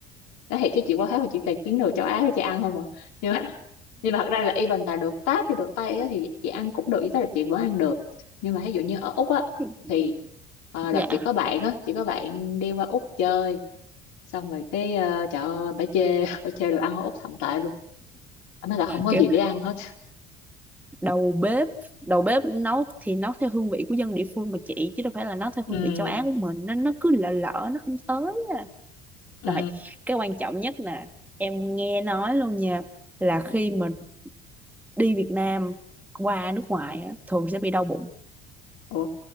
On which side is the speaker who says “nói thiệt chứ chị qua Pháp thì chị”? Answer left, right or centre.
Left